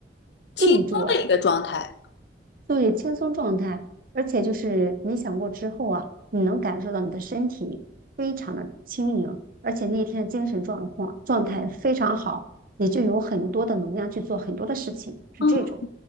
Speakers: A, on the left; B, on the right.
A: 轻松的一个状态。
B: 定住了，对，轻松状态，而且就是冥想过之后啊，你能感受到你的身体非常的轻盈，而且那天的精神状况状态非常好，你就有很多的能量去做很多的事情，是这种，
A: 嗯